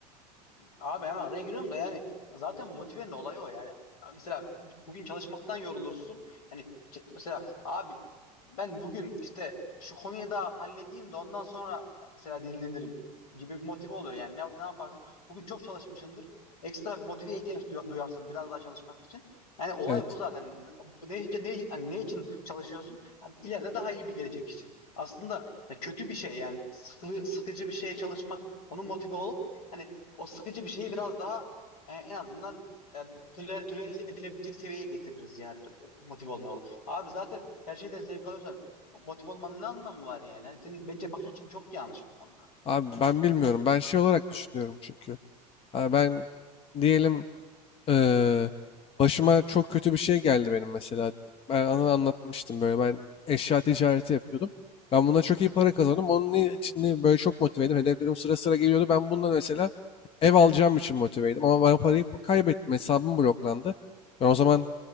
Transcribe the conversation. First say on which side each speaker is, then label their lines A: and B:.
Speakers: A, on the left; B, on the left.
A: Abi hemen araya giriyorum da yani zaten motivenin olayı o yani. Mesela bugün çalışmaktan yorulursun. Yani ke- mesela abi ben bugün işte şu konuyu da halledeyim de ondan sonra e, mesela dinlenirim gibi bir motive olur yani. Ne, ne yaparsın? Bugün çok çalışmışsındır. Ekstra bir motiveye ihtiyaç duya- duyarsın biraz daha çalışmak için. Yani olay
B: Evet.
A: bu zaten. Ne, için- ne, yani ne için çalışıyorsun? Yani ileride daha iyi bir gelecek için. Aslında kötü bir şey yani sıkı, sıkıcı bir şeye çalışmak onun motive olup Hani o sıkıcı bir şeyi biraz daha e, en azından e, tolere, tolere edilebilecek seviyeye getiririz yani t- motive olmalı. Abi zaten her şeyden zevk alıyorsan motive olmanın ne anlamı var yani? Yani Senin bence bakış açın çok yanlış bu konuda.
B: Abi ben bilmiyorum. Ben şey olarak düşünüyorum çünkü. Abi ben diyelim Eee, başıma çok kötü bir şey geldi benim mesela. Ben ana anlatmıştım böyle. Ben eşya ticareti yapıyordum. Ben buna çok iyi para kazandım. Onun için böyle çok motiveydim. Hedeflerim sıra sıra geliyordu. Ben bundan mesela ev alacağım için motiveydim. Ama ben parayı kaybettim. Hesabım bloklandı. Ben o zaman